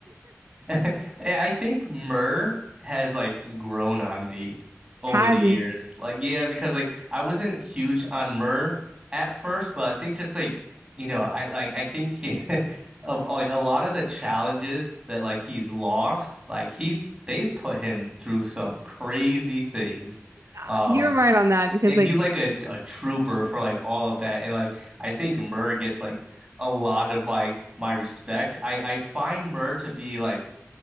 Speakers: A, on the right (about 15°); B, on the right (about 65°).
A: <laughs> I think Myrrh has like grown on me over
B: has
A: the years. Like, yeah, because like I wasn't huge on Myrrh at first, but I think just like you know, I like I think he, <laughs> of like a lot of the challenges that like he's lost, like he's they've put him through some crazy things.
B: Uh,
A: Um.
B: You're right on that because
A: and
B: like
A: he's like a, a trooper for like all of that. And like I think Murr gets like a lot of my my respect. I I find Murr to be like